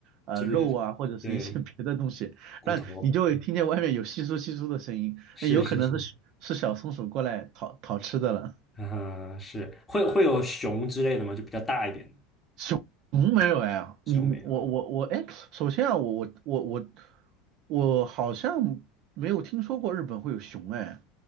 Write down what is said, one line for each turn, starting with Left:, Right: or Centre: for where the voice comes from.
Right: 呃肉啊，
Left: 就是对
Right: 或者是一些 <laughs> 别的东西，
Left: 骨头，
Right: 那你就会听见外面有窸窣窸窣的声音，
Left: 是是是，
Right: 那有可能是是小松鼠过来讨讨吃的了。
Left: 嗯哼，是会会有熊之类的吗？就比较大一点的
Right: 熊没有哎，你我我我哎，
Left: 熊没有，嗯
Right: 首先啊，我我我我我好像没有听说过日本会有熊哎。